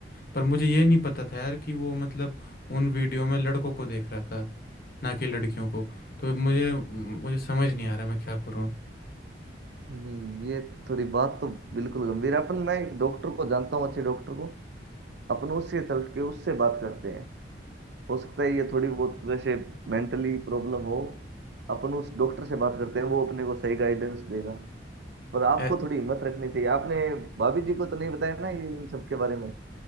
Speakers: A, on the left (about 50°); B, on the right (about 70°).
A: पर मुझे ये नहीं पता था यार कि वो मतलब उन वीडियो में लड़कों को देख रहा था ना कि लड़कियों को तो मुझे मुझे समझ नहीं आ रहा मैं क्या करूँ
B: नहीं ये तो थोड़ी बात तो बिल्कुल गंभीर है अपन मैं एक डॉक्टर को जानता हूँ अच्छे डॉक्टर को अपन उससे चल के उससे बात करते हैं हो सकता है ये थोड़ी बहुत वैसे मेंटली प्रॉब्लम हो अपन उस डॉक्टर से बात करते हैं वो अपने को सही गाइडेंस देगा पर आपको
A: ए-
B: थोड़ी हिम्मत रखनी चाहिए आपने भाभी जी को तो नहीं बताया ना ये इन सब के बारे में